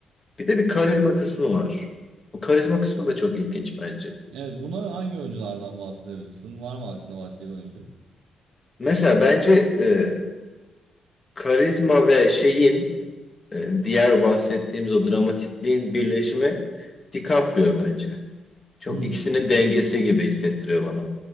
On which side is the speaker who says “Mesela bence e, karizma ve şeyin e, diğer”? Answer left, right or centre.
Left